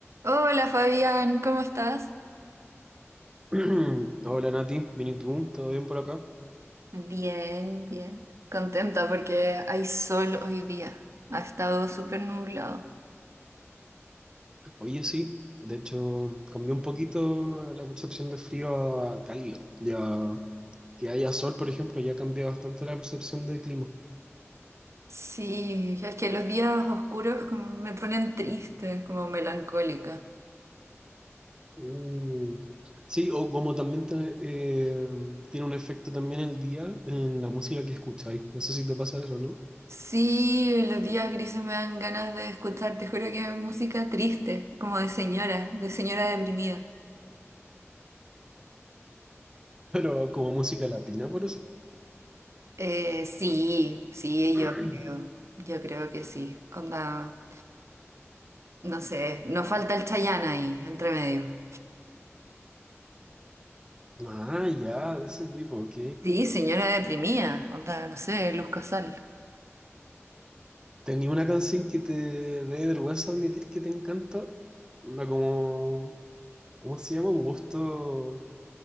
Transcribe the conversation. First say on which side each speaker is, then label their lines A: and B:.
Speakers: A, on the right; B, on the right.
A: Hola Fabián, ¿cómo estás?
B: <clears throat> Hola Nati, bien y tú, ¿todo bien por acá?
A: Bien, bien. Contenta porque hay sol hoy día. Ha estado súper nublado.
B: Oye, sí, de hecho cambió un poquito la percepción de frío a cálido. Ya que haya sol, por ejemplo, ya cambia bastante la percepción de clima.
A: Sí, es que los días oscuros como me ponen triste, como melancólica.
B: Mm. Sí, o como también te- eh, tiene un efecto también el día en la música que escucháis. No sé si te pasa eso, ¿no?
A: Sí, los días grises me dan ganas de escuchar, te juro que hay música triste, como de señora, de señora deprimida.
B: Pero como música latina, por eso.
A: Eh, sí, sí,
B: <clears throat>
A: yo creo, yo creo que sí. Onda, no sé, no falta el Chayán ahí, entre medio.
B: Ah, ya, de ese tipo, ok.
A: Sí, señora deprimida, onda, no sé, Luz Casal.
B: ¿Tenía una canción que te dé vergüenza admitir que te encanta? Una como, ¿cómo se llama? Un gusto,